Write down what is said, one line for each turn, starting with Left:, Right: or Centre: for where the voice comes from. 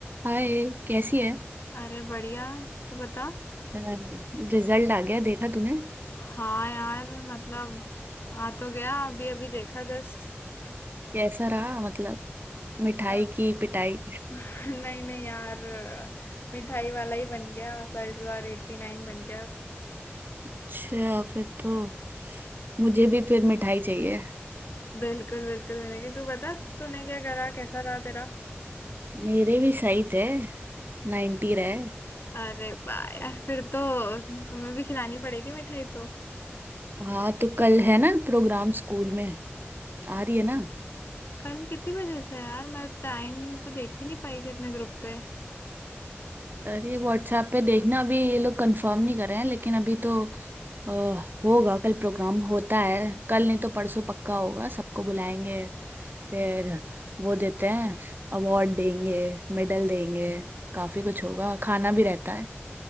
Right: हाय कैसी है
Left: अरे बढ़िया तू बता
Right: रिजल्ट आ गया देखा तूने
Left: हाँ यार मतलब आ तो गया अभी अभी देखा जस्ट
Right: कैसा रहा मतलब मिठाई
Left: <laughs>
Right: की पिटाई
Left: नहीं नहीं यार मिठाई वाला ही बन गया मतलब इस बार एट्टी नाइन बन गया
Right: अच्छा फिर तो मुझे भी फिर मिठाई चाहिए
Left: बिल्कुल बिल्कुल मिलेगी तू बता तूने क्या करा कैसा रहा तेरा
Right: मेरे भी सही थे 90 रहे
Left: अरे वाह यार फिर तो तुम्हें भी खिलानी पड़ेगी मिठाई तो
Right: हाँ तो कल है ना प्रोग्राम स्कूल में आ रही है ना
Left: कल कितने बजे से है यार मैं टाइम तो देख ही नहीं पाई थी अपने ग्रुप पे
Right: अरे व्हाट्सएप पे देखना अभी ये लोग कंफर्म नहीं कर रहे हैं लेकिन अभी तो अ, होगा कल प्रोग्राम होता है कल नहीं तो परसों पक्का होगा सबको बुलाएंगे फिर वो देते हैं अवार्ड देंगे मेडल देंगे काफी कुछ होगा खाना भी रहता है